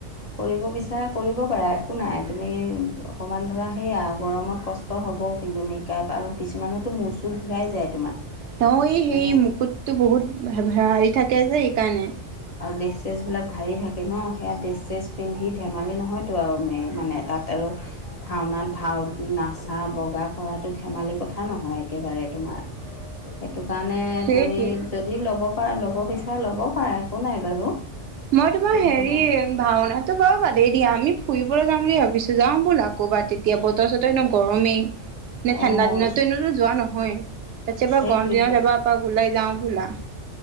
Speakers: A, on the left; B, on the right.
A: কৰিব বিচাৰা কৰিব পাৰা একো নাই তুমি অকমান ধৰা সেয়া গৰমত কচ অ হ'ব কিন্তু মেকআপ আৰু কিছুমানতো মোৰচু ঘূৰাই যায় তোমাৰ
B: তেওঁ এই সেই
A: মানে
B: মুকুটটো বহুত হাৰি থাকে আছে এইকাৰণে।
A: আৰু ড্ৰেচেছেছবিলাক ভাৰি থাকে ন সেয়া ড্ৰেচ চেছ পিন্ধি ধেমালি নহয়তো আৰু মে মানে তাতেও ভাওনাত ভাও নাচা বগা কৰাটো ধেমালি কথা নহয় একেবাৰে তোমাৰ। <unintelligible> সেইটো কাৰণে
B: সেইটোৱে
A: তুমি যদি ল'ব পাৰা ল'ব বিচাৰা ল'ব পাৰা একো নাই বাৰু।
B: মই তোমা
A: কিন্তু
B: হেৰি
A: তোমাৰ
B: ভাওনাতো বাৰু বাদেই দিয়া আমি ফুৰিবলৈ যাম বুলি ভাবিছো যাওঁ ব'লা কবাত তেতিয়া বত তছত এনেও গৰমেই। নে ঠাণ্ডা
A: অঁ
B: দিনতো এনেতো যোৱা নহয় তাছ এবাৰ
A: সেইটোৱে
B: গৰম দিনত এবাৰ এপাক ওলাই যাওঁ বলা।